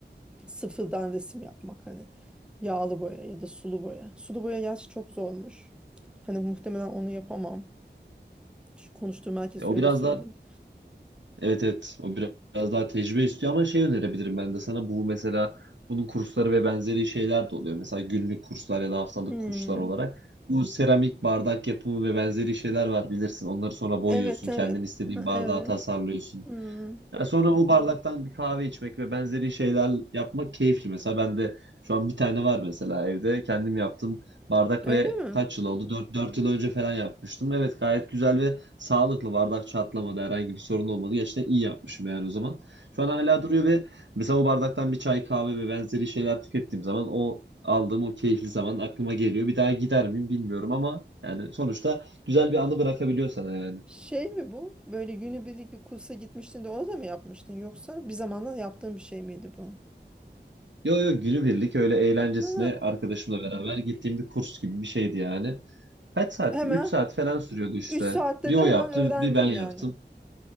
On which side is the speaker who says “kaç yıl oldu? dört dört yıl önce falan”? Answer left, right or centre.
Right